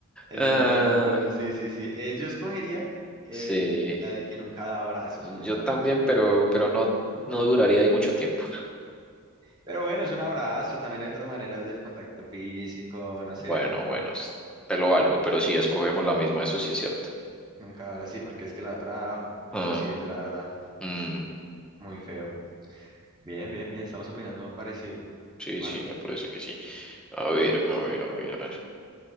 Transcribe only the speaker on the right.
Esa
no, esa no, pero sí, sí, sí. Eh, yo escogería eh,
la de que nunca da abrazos,
honestamente.
Pero bueno, es un abrazo. También hay otras maneras del contacto físico, no sé.
Nunca ahora sí, porque es que la otra, imposible,
la verdad.
Muy feo. Bien, bien, bien. Estamos opinando parecido.
Vas
tú.